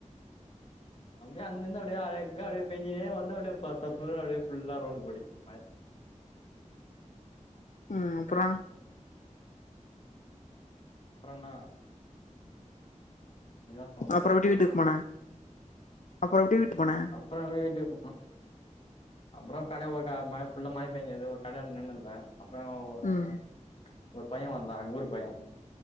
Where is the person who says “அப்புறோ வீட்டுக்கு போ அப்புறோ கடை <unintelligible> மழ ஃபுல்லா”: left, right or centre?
Left